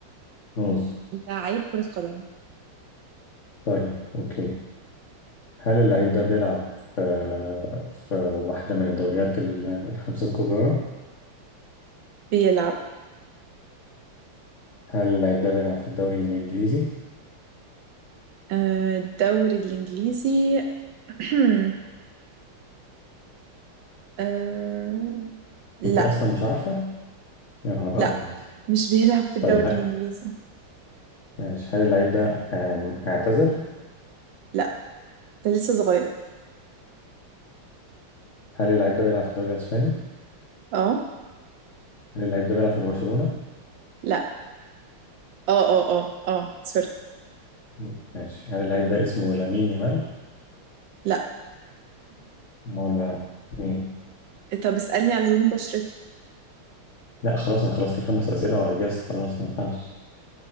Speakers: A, on the left; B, on the right.
A: ماشي
B: لعيب كرة قدم
A: طيب اوكي هل اللعيب ده بيلعب في في واحده من الدوريات ال- الخمسه الكبرى
B: بيلعب
A: هل اللعيب ده بيلعب في الدوري الانجليزي
B: آه، الدوري الانجليزي <clears throat> أه... لا
A: انت اصلا مش عارفه يا نهار
B: لا
A: ابيض
B: مش بيلعب في الدوري
A: طيب
B: الإنجليزي
A: ماشي هل اللعيب ده آم، اعتزل؟
B: لا ده لسه صغير
A: هل اللعيب ده بيلعب في الدوري الإسباني؟
B: اه
A: هل اللعيب ده بيلعب في برشلونة؟
B: لا اه اه اه اه سوري
A: م- ماشي هل اللعيب ده اسمه لامين يامال؟
B: لا
A: أمال بقى مين؟
B: <laughs> طب اسألني على لون بشرته
A: لا خلاص أنا خلصت الخمس أسئلة وأجازت خلاص ما ينفعش